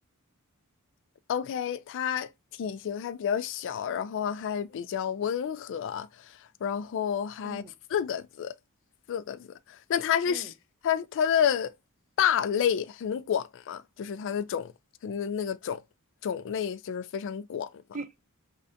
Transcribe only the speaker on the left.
OK，它体型还比较小，然后还比较温和，然后还四个字，
四个字。那它是是它它的大类很广吗？
就是它的种，它的那个种种类就是非常广吗？